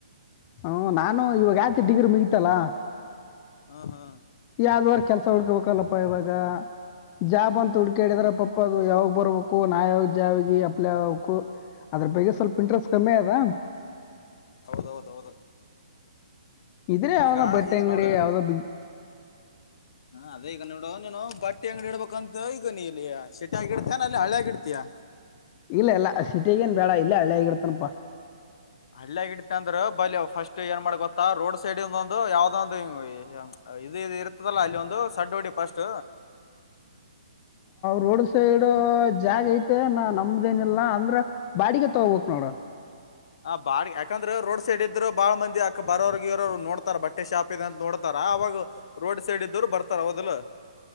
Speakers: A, on the left (about 25°); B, on the left (about 50°).
A: ಹ್ಮ ನಾನು ಇವಾಗ. ಡಿಗ್ರಿ ಮುಗಿತಲ್ಲ
B: ಹ್ಮ್ ಹ್ಮ್
A: ಯಾವ್ದವಾರ ಕೆಲ್ಸ ಹೊಡ್ಕೋಬೇಕಲ್ಲಪ್ಪ ಇವಾಗ. ಜಾಬ್ ಅಂತ ಹುಡ್ಕ ಹೇಳಿದ್ರ ಪಾಪ ಅದು ಯಾವಾಗ್ ಬರ್ಬೇಕು ನಾವ ಯಾವಾಗ ಜಾಬ್ಿ ಅಪ್ಲೈ ಆಗ್ಬೇಕು ಅದ್ರ ಬಗ್ಗೆ ಸ್ವಲ್ಪ ಇಂಟ್ರೆಸ್ಟ್ ಕಮ್ಮಿ ಅದ.
B: ಹೌದೌದು.
A: ಇದ್ರೆ ಯಾವ್ದ
B: ಈಗ
A: ಬಟ್ಟೆ
B: ಈಗ
A: ಅಂಗಡಿ
B: ನೋಡು
A: ಯಾವ್ದೋ ಬಿಗ್
B: ಹ ಅದೇ ಈಗ ನೋಡು ನೀನು ಬ. ಒಟ್ಟಿ ಅಂಗಡಿ ಇಡಬೇಕಂತ ಈಗ ನೀ ಇಲ್ಲಿ ಶಟಿ ಆಗ ಇಡ್ತಾನ ಅಲ್ಲಿ ಹಳೆಾಗಿಡ್ತಿಯಾ.
A: ಇಲ್ಲ ಎಲ್ಲ ಸಿಟಿಗೇನ್ ಬೇಡ ಇಲ್ಲ ಹಳ್ಳಿಯ ಆಗಿರ್ತನಪ್ಪಾ.
B: ಹಳ್ಳಯಗ ಇಡತ್ತ ಅಂದ್ರ ಬಳ ಫಸ್ಟ್ ಏನ್ ಮಾಡ್ ಗೊತ್ತಾ ರೋಡ್ ಸೈಡ್ಂದೊಂದು ಯಾವ್ದೊಂದು ಇದ ಇ ಇರ್ತದಲ್ಲಾ ಅಲ್ಲಿ ಒಂದು ಸಡ್ ಹೊಡಿ ಫಸ್ಟ್.
A: ರೋಡ್ ಸೈಡ್ ಜಾಗ ಐತೆ ನಾ ನಮ್ದ ಏನಿಲ್ಲಾ ಅಂದ್ರ ಬಾಡಿಗೆ ತಗಬೇಕಕ್ ನೋಡ.
B: ಹ ಬಾಳ್ ಯಾಕಂದ್ರೆ ರೋಡ್ ಸೈಡ್ ಇದ್ರರು ಬಾಳ್ ಮಂದಿ ಅಕ್ಕ ಬರೋರ್ಿಗೆ ಇವರರು ನೋಡ್ತಾರ ಬಟ್ಟೆ ಶಾಪ್ ಅಂತ ನೋಡ್ತಾರ ಅವಾಗ ರೋಡ್ ಸೈಡ್ ಇದರು ಬರ್ತಾರ ಹಓದಲು.